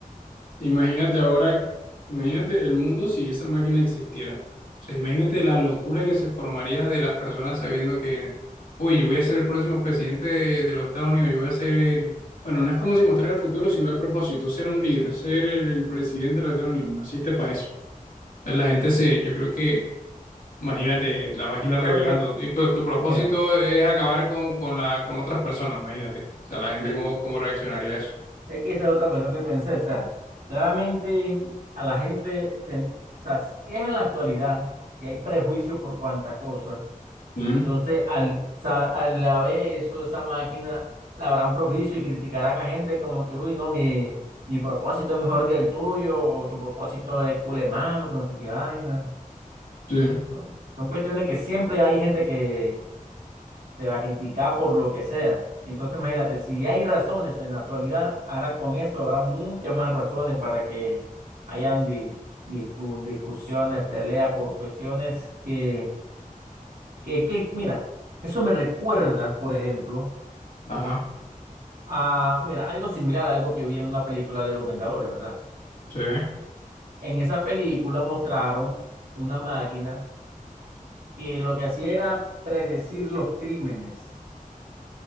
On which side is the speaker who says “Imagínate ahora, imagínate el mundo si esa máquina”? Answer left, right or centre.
Left